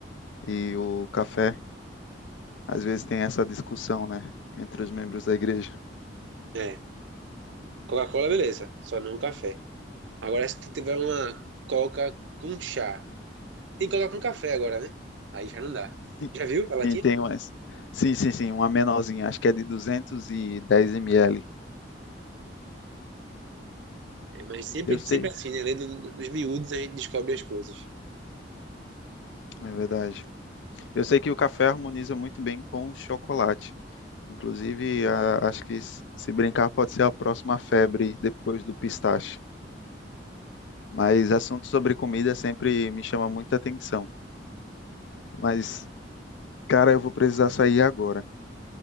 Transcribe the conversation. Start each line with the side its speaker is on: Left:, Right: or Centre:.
Left: E o café. Às vezes tem essa discussão, né? Entre os membros da igreja.
Right: É. Coca-Cola, beleza. Só não café. Agora, se tu tiver uma coca com chá, tem coca com café agora, né? Aí já não dá.
Left: Sim,
Right: Já viu a latinha?
Left: Sim, tem umas. Sim, sim, sim, uma menorzinha. Acho que é de 210 ml.
Right: É, mas sempre,
Left: Eu sei,
Right: sempre assim, né? Além dos miúdos, a gente descobre as coisas.
Left: é verdade. Eu sei que o café harmoniza muito bem com o chocolate. Inclusive, a- acho que s- se brincar pode ser a próxima febre depois do pistache. Mas assunto sobre comida sempre me chama muita atenção. Mas Cara, eu vou precisar sair agora.